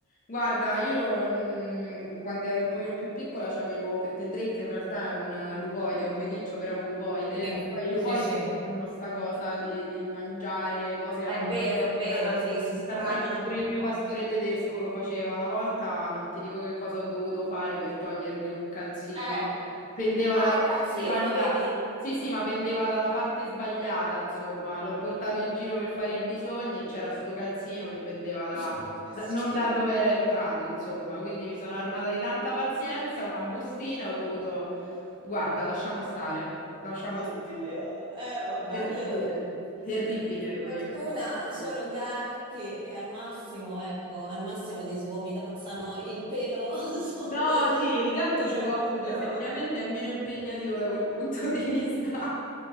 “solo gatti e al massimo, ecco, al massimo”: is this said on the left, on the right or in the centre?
Right